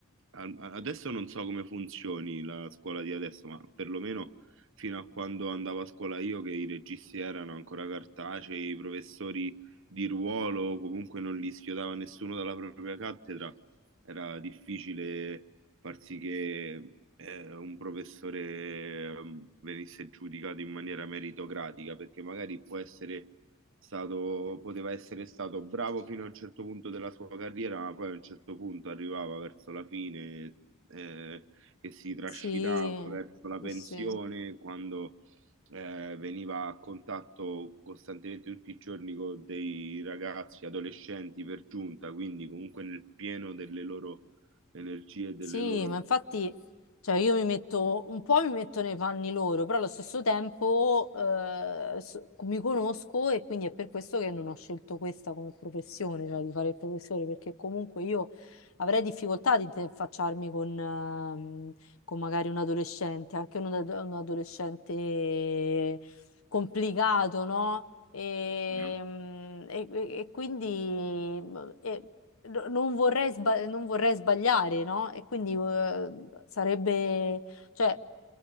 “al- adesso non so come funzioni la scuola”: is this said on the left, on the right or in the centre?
Right